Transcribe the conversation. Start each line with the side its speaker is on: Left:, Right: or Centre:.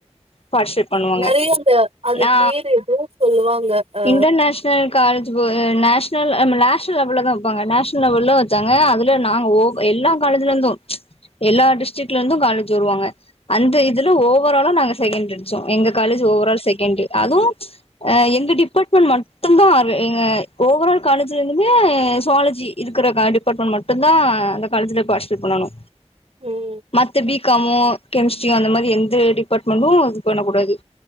Left: பார்சிப்ட் பண்ணுவாங்க
Right: நெறைய அந்த அது
Left: நா
Right: பேரு எதோ சொல்லுவாங்க ஆ
Left: இன்டர்நேஷ்னல் கால் வ நேஷ்னல் நேஷ்னல் லெவல்லதா வப்பாங்க நேஷனல் லெவல வச்சாங்க அதுல நாங்க ஓவ் எல்லா கால் காலேஜ்ல இருந்தும் எல்லா டிஷ் டிக்ல இருந்து காலேஜ் வருவாங்க அந்த இதுல ஓவராலா நாங்க செகண்ட்டடுச்சோ எங்க காலேஜ் ஓவரால் செகண்ட்டு அதுவு எங்க டிபார்ட்மெண்ட் மட்டுதா எங்க ஓவரால் காலேஜ்ல இருந்துமே சோலஜி இருக்கிற டிபார்ட்மெண்ட் மட்டுந்தா அந்த காலேஜ்ல பாஷ்பேட் பண்ணனு
Right: ம்
Left: மத்த பி கா மோ கெமிஸ்ட்ரியோ அந்த மாரி எந்த டிபார்ட்மென்டு இது பண்ணக் கூடாது